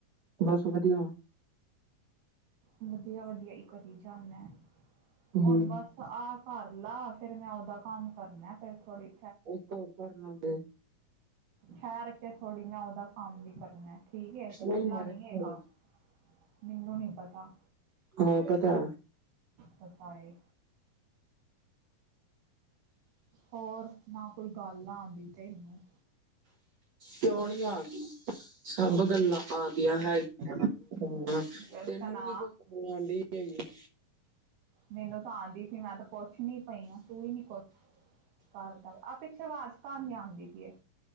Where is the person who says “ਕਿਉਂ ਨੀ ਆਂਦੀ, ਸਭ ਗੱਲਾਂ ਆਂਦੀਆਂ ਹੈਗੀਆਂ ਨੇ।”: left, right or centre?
Right